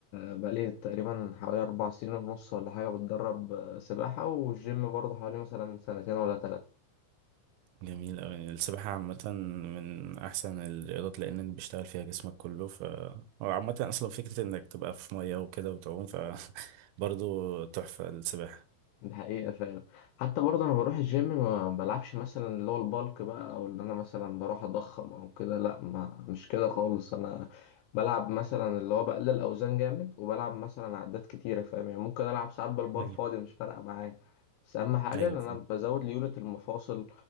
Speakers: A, on the left; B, on the right.
A: بقالي تقريبا حوالي اربع سنين ونص ولا حاجة بتدرب آه، سباحة والجيم برضه حوالي مثلا سنتين ولا ثلاثة
B: جميل أوي السباحة عامة من أحسن الرياضات لأن بيشتغل فيها جسمك كله ف هو عامة أصلا فكرة إنك تبقى في مية وكده وتعوم ف <laughs> برضه تحفة السباحة
A: دي حقيقة فعلا حتى برضه أنا بروح الجيم ما بلعبش مثلا اللي هو البالك بقى أو اللي أنا مثلا بروح أضخم أو كده لأ ما مش كده خالص أنا بلعب مثلا اللي هو بقلل أوزان جامد وبلعب مثلا عدات كتيرة فاهم يعني ممكن ألعب ساعات بالبار
B: أيوة
A: فاضي مش فارقة معايا بس أهم حاجة
B: أيوه
A: إن أنا
B: فاهم.
A: بزود ليونت المفاصل